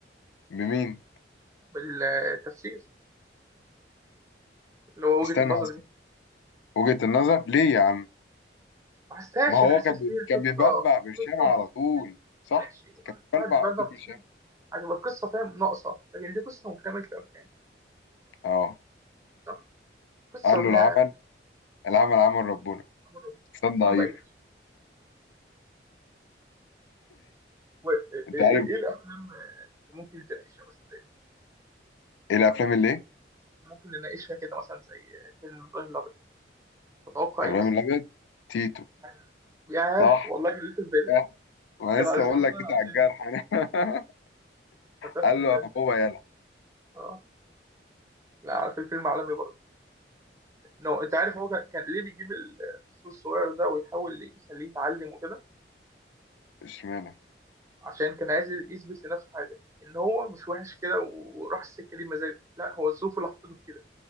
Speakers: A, on the left (about 90°); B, on the right (about 15°).
A: بمين
B: بالتفسير اللي هو
A: استنى
B: وجهه النظر
A: بس
B: دي
A: وجهة النظر ليه يا عم
B: ما حسيتهاش
A: ما هو
B: انا حسيت
A: كان
B: ان
A: بي-
B: هي
A: كان
B: قصه
A: بيبلبع برشام
B: قصه
A: على
B: م-
A: طول صح
B: ماشي
A: كان بيبلبع
B: واحد بيبلبل
A: على طول برشام
B: مش مهم. هتبقى القصه فاهم ناقصه لكن دي قصه مكتمله الاركان
A: اه
B: صح قصه
A: قال
B: فيها
A: له العمل العمل عمل ربنا
B: أمر
A: استنى
B: الانسان
A: ضعيف
B: ضعيف و- ايه
A: انت
B: إيه
A: عارف
B: إيه الافلام اللي ممكن تناقشها مثلا زي دي
A: ايه الافلام اللي ايه
B: ممكن نناقشها كده مثلا زي فيلم ابراهيم الابيض تتوقع
A: ابراهيم
B: ايه مثلا
A: الابيض تيتو
B: يعني- ياه
A: صح
B: والله كان لسه في بالي
A: آه، ما
B: كده
A: لسه
B: على سنه
A: بقول
B: على
A: لك كده على
B: سنه
A: الجرح انا <laughs>
B: فاهم
A: قال
B: عشان
A: له انا بابا يالا
B: اه لا عارف الفيلم عالمي برضه نو انت عارف هو كان كان ليه بيجيب ال- الفصل الصغير ده ويحاول يخليه يتعلم وكده
A: اشمعنى
B: عشان كان عايز يثبت لنفسه حاجه ان هو مش وحش كده وراح السكه دي بمزاجه لا هو الظروف اللي حطته في كده